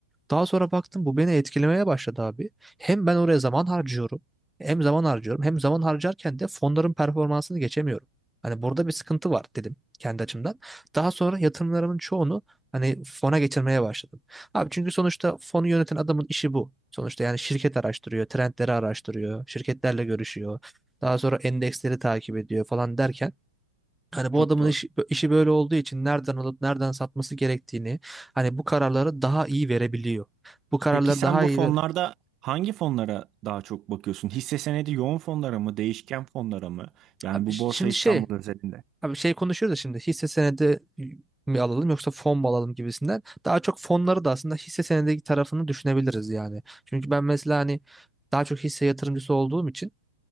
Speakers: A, in the centre; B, on the right (about 30°).
A: Daha sonra baktım bu beni etkilemeye başladı abi. Hem ben oraya zaman harcıyorum. Hem zaman harcıyorum. Hem zaman harcarken de fonların performansını geçemiyorum. Hani burada bir sıkıntı var dedim kendi açımdan. Daha sonra yatırımlarımın çoğunu hani fona geçirmeye başladım. Abi çünkü sonuçta fonu yöneten adamın işi bu. Sonuçta yani şirket araştırıyor, trendleri araştırıyor, şirketlerle görüşüyor. Daha sonra endeksleri takip ediyor falan derken Hani
B: Çok
A: bu adamın
B: doğru.
A: iş- işi böyle olduğu için nereden alıp nereden satması gerektiğini hani bu kararları daha iyi verebiliyor. Bu kararları
B: Peki sen
A: daha
B: bu
A: iyi
B: fonlarda
A: ver.
B: hangi fonlara daha çok bakıyorsun? Hisse senedi yoğun fonlara mı, değişken fonlara mı? Yani
A: Abi
B: bu
A: ş-
B: Borsa
A: şimdi
B: İstanbul
A: şey
B: özelinde.
A: abi şey konuşuyoruz da şimdi hisse senedi mi alalım yoksa fon mu alalım gibisinden. Daha çok fonları da aslında hisse senedi tarafını düşünebiliriz yani. Çünkü ben mesela hani daha çok hisse yatırımcısı olduğum için